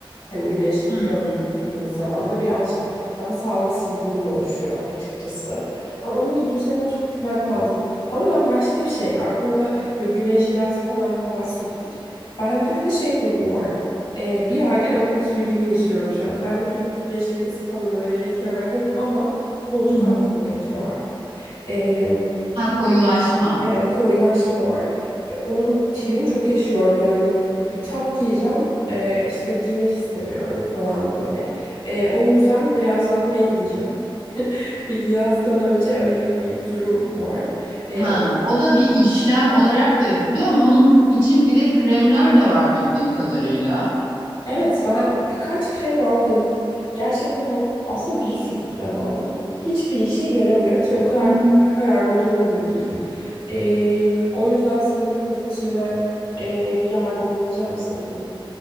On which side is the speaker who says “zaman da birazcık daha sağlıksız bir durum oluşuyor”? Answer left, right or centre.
Left